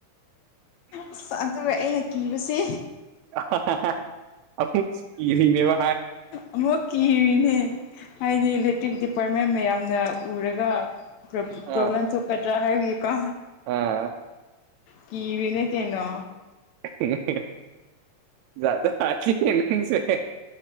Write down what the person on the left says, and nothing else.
ꯑꯁ ꯑꯗꯨꯒ ꯑꯩꯅ ꯀꯤꯕꯁꯤ
ꯑꯃꯨꯛ ꯀꯤꯔꯤꯅꯦ ꯍꯥꯏꯗꯤ <inaudible> ꯗꯤꯄꯥꯔꯠꯃꯦꯟ ꯃꯌꯥꯝꯅ ꯎꯔꯒ ꯄ꯭ꯔꯣ
ꯄ꯭ꯔꯣꯕ꯭ꯂꯦꯝ ꯊꯣꯛꯀꯗ꯭ꯔꯥ ꯍꯥꯏꯕꯒꯤꯀꯣ
ꯀꯤꯔꯤꯅꯦ ꯀꯩꯅꯣ